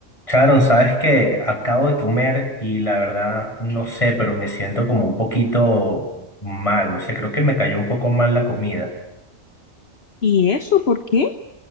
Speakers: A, on the left (about 20°); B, on the left (about 50°).
A: Sharon, sabes que acabo de comer y la verdad no sé, pero me siento como un poquito mal, no sé, creo que me cayó un poco mal la comida.
B: ¿Y eso por qué?